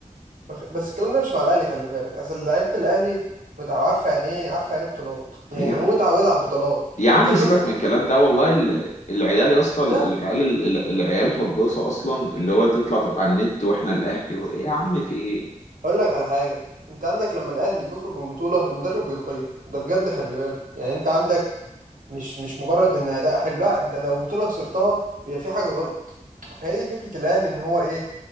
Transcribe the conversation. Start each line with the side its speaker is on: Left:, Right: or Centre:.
Right: بخ- بس الكلام ده مش مع الاهلي خلي بالك اصل لعيبه الاهلي متع... عارفه يعني ايه عارفه يعني إيه بطولات يعني
Left: يعني
Right: مو متعوده على البطولات
Left: يا عم
Right: انت شوف
Left: سيبك من الكلام ده والله ال- العيال يا اسطى ال-
Right: لا
Left: العيال ال- ال- العيال هجاصه اصلا اللي هو تطلع على النت واحنا الاهلي و... يا عم في ايه
Right: اقول لك على حاجه انت عندك لما الاهلي بيخرج من بطوله المدرب بيتغير ده بجد خلي بالك يعني انت عندك مش مش مجرد ان اداء حلو لا انت لو بطوله خسرتها يبقى في حاجه غلط فهي دي فكره الاهلي ان هو ايه